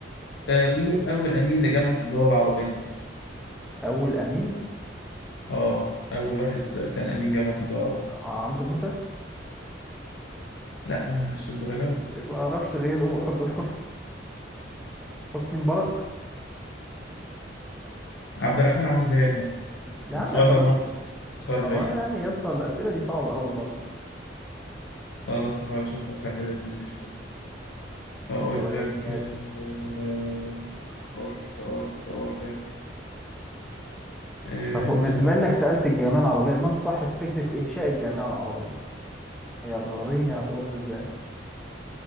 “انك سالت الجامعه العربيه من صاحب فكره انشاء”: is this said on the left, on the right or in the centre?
Centre